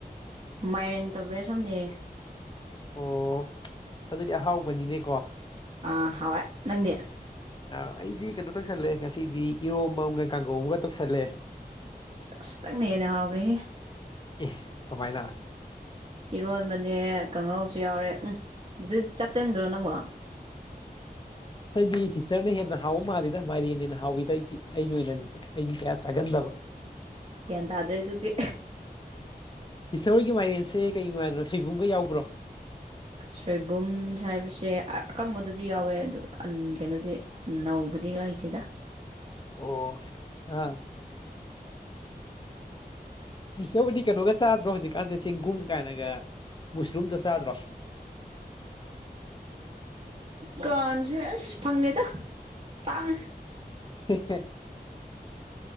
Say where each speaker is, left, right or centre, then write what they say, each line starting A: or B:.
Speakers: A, on the right; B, on the left.
A: ꯃꯥꯏꯔꯦꯟ ꯇꯧꯕꯤꯔ ꯁꯣꯝꯗꯦ
B: ꯑꯣ ꯑꯗꯨꯗꯤ ꯑꯍꯥꯎꯕꯅꯤꯅꯦꯀꯣ ꯑ
A: ꯑꯥ ꯍꯥꯎꯔꯦ ꯅꯪꯗꯤ
B: ꯑꯩꯗꯤ ꯀꯩꯅꯣ ꯇꯧꯁꯜꯂꯦ ꯉꯁꯤꯗꯤ ꯏꯔꯣꯝꯝꯕ ꯑꯃꯒ ꯀꯥꯡꯒꯧ ꯑꯃꯒ ꯇꯧꯁꯜꯂꯦ
A: ꯆꯁ ꯇꯪꯅꯦꯦꯅꯦ ꯍꯎ꯭ꯔꯤ
B: ꯑꯦ ꯀꯃꯥꯏꯅ
A: ꯏꯔꯣꯟꯕꯅꯦ ꯀꯥꯡꯍꯧꯁꯨ ꯌꯥꯎꯔꯦ ꯎꯝ ꯑꯗꯨ ꯆꯥꯛ ꯆꯪꯗ꯭ꯔꯣ ꯅꯪꯉꯣ
B: ꯑꯩꯗꯤ ꯁꯤꯁꯇꯔꯅ ꯍꯦꯟꯅ ꯍꯥꯎꯕ ꯃꯥꯜꯂꯤꯦꯗ ꯃꯥꯏꯔꯦꯟꯅꯤꯅ ꯍꯥꯎꯏꯤꯗ ꯑꯩꯗꯤ ꯑꯩꯒꯤ ꯑꯣꯏꯅꯗꯤ ꯑꯩꯒꯤ ꯀꯌꯥ ꯁꯥꯒꯟꯗꯕ
A: ꯌꯦꯇꯗ꯭ꯔ ꯏ ꯑꯗꯨꯗꯤ
B: ꯍꯤꯁꯇꯣꯔꯤꯒꯤꯥꯏꯔꯦꯟꯁꯦ ꯀꯩꯒꯤꯅꯣ ꯍꯥꯏꯗꯅꯣ ꯁꯣꯏꯕꯨꯝꯒ ꯌꯥꯎꯕ꯭ꯔꯣ
A: ꯁꯣꯏꯕꯨꯝꯁ ꯍꯥꯏꯕꯁꯦ ꯑꯀꯪꯕꯗꯨꯗꯤ ꯌꯥꯎꯋꯦ ꯑꯗꯨ ꯀꯩꯅꯣꯗꯤ ꯎ ꯅꯧꯕꯗꯤꯂ ꯍꯥꯏꯇꯗ
B: ꯑꯣ ꯑ ꯏꯁꯤꯁꯕꯨꯗꯤ ꯀꯩꯅꯣꯒ ꯆꯥꯗ꯭ꯔꯣ ꯍꯧꯖꯤꯛꯀꯥꯟꯗ ꯆꯦꯡꯒꯨꯝ ꯀꯥꯏꯅꯒ ꯃꯨꯁꯔꯨꯝꯗꯣ ꯆꯥꯗ꯭ꯔꯣ
A: ꯍꯧꯖꯤꯟꯖꯦ ꯐꯪꯉꯦꯗ ꯆꯥꯡ
B: ꯍ